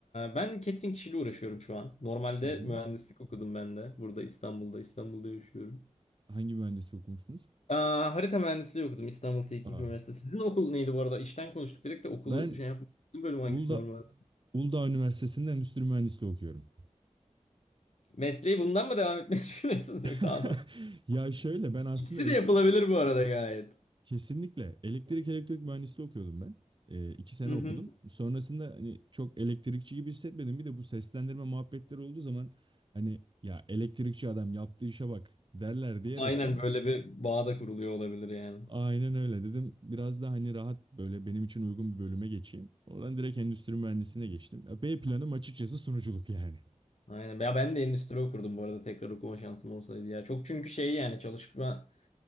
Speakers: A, on the left (about 65°); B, on the right (about 40°).
A: ben catering işiyle uğraşıyorum şu an. Normalde
B: Hı hı.
A: mühendislik okudum ben de. Burada İstanbul'da, İstanbul'da yaşıyorum.
B: Hangi mühendislik okumuştunuz?
A: Aa, harita mühendisliği okudum İstanbul Teknik
B: Aa,
A: Üniversitesi. Sizin okul neydi bu arada? İşten konuştuk direkt de okulu
B: ben
A: şey yapmadık. Sizin bölüm hangisi
B: Uludağ,
A: normalde?
B: Uludağ Üniversitesi'nde endüstri mühendisliği okuyorum.
A: Mesleği bundan mı devam etmeyi <laughs> düşünüyorsunuz
B: <laughs>
A: yoksa anlamadım.
B: Ya şöyle ben aslında
A: İkisi
B: elektrik
A: de yapılabilir bu arada gayet.
B: Kesinlikle. Elektrik elektrik mühendisliği okuyordum ben. Ee, iki sene
A: Hı
B: okudum.
A: hı.
B: Sonrasında hani çok elektrikçi gibi hissetmedim. Bir de bu seslendirme muhabbetleri olduğu zaman hani ya elektrikçi adam yaptığı işe bak derler diyerekten
A: Aynen böyle bir bağ da kuruluyor olabilir yani.
B: aynen öyle dedim. Biraz da hani rahat böyle benim için uygun bir bölüme geçeyim. Oradan direkt endüstri mühendisliğine geçtim. Ya B planım açıkçası sunuculuk yani.
A: Aynen. Ya ben de endüstri okurdum bu arada tekrar okuma şansım olsaydı ya. Çok çünkü şey yani çalışma